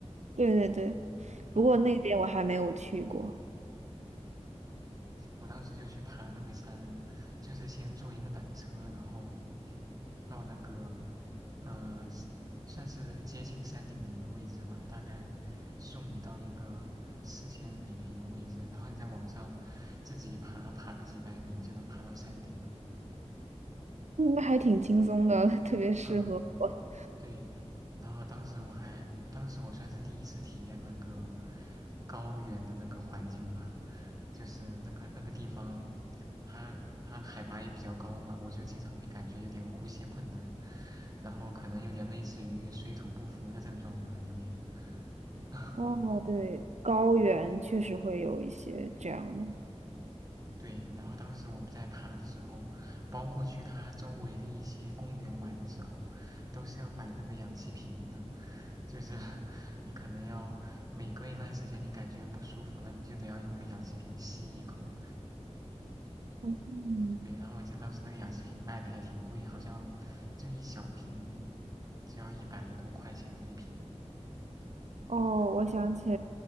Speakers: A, on the right; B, on the right.
A: 对对对，不过那边我还没有去过。
B: 嗯，我当时就去爬那个山，就是先坐一个缆车，然后到那个呃，算是接近山顶的一个位置吧，大概送你到一个四千米的一个位置，然后你再往上自己爬，爬个几百米就能爬到山顶。
A: 应该还挺轻松的，<laughs> 特别适合我。
B: 嗯，对。然后当时我还，当时我算是第一次体验那个高原的那个环境吧，就是那个那个地方，它它海拔也比较高嘛，我就经常会感觉有点呼吸困难，然后可能有点类似于水土不服的症状吧，有点。<laughs>
A: 哦，对，高原确实会有一些这样的。
B: 对，然后当时我们在爬的时候，包括去它周围的一些公园玩的时候，都是要买那个氧气瓶的。就是 <laughs> 你可能要每隔一段时间，你感觉不舒服了，你就得要用那个氧气瓶吸一口，
A: 嗯。
B: 对，然后我记得当时那个氧气瓶卖的还挺贵，好像就一小瓶就要一百多块钱一瓶。
A: 哦，我想起，